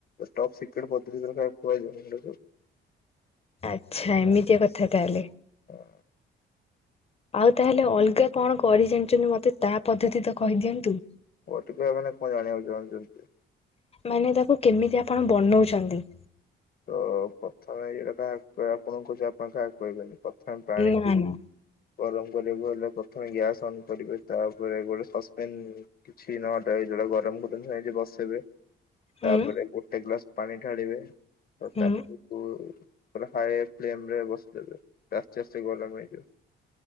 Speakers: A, on the left (about 50°); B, on the left (about 30°).
A: ଟପ୍ ସିକ୍ରେଟ ପଦ୍ଧତି ଗୁରା କାହାକୁ କୁହାଯାଏନି।
B: ଆଚ୍ଛା ଏମିତିଆ କଥା ତାହେଲେ।
A: ହଁ।
B: ଆଉ ତାହେଲେ ଅଲଗା କଣ କରି ଜାଣିଛନ୍ତି ମତେ ତା ପଦ୍ଧତି ତ କହିଦିଅନ୍ତୁ।
A: ଅଧିକା ମାନେ କଣ ଜାଣିବାକୁ ଚାହୁଁଛନ୍ତି?
B: ମାନେ ତାକୁ କେମିତି ଆପଣ ବନଉଛନ୍ତି?
A: ତ ପ୍ରଥମେ ଏକଥା ଆପଣଙ୍କୁ କହୁଛି ଆପଣ କାହାକୁ କହିବେନି ପ୍ରଥମେ ପାଣିକୁ
B: ନା ନା
A: ଗରମ କରିବାକୁ ହେଲେ ପ୍ରଥମେ ଗ୍ୟାସ୍ ଅନ୍ କରିବେ ତାପରେ ଗୋଟେ ସସ୍ପେନ୍ କିଛି ନ ଡରି ଯଉଟା ଗରମ କରିକି ସେଇଟି ବସେଇବେ
B: ହୁଁ
A: ତାପରେ ଗୋଟେ ଗ୍ଲାସ ପାଣି ଢାଳିବେ ତ
B: ହୁଁ
A: ତାକୁ ପୁ ପୁରା ହାଇ ଫ୍ଲେମ ରେ ବସେଇଦେବେ ଆସ୍ତେ ଆସ୍ତେ ଗରମ ହେଇଯିବ।